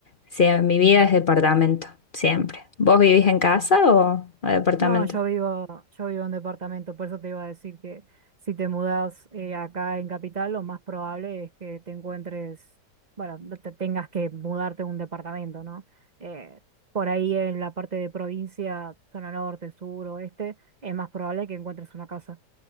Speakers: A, on the left; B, on the right.
A: sí, mi vida es departamento, siempre. ¿Vos vivís en casa o, o departamento?
B: No, yo vivo, yo vivo en departamento, por eso te iba a decir que si te mudas eh, acá en Capital, lo más probable es que te encuentres, bueno, no te tengas que mudarte a un departamento, ¿no? Eh, por ahí en la parte de provincia, zona norte, sur, oeste, es más probable que encuentres una casa.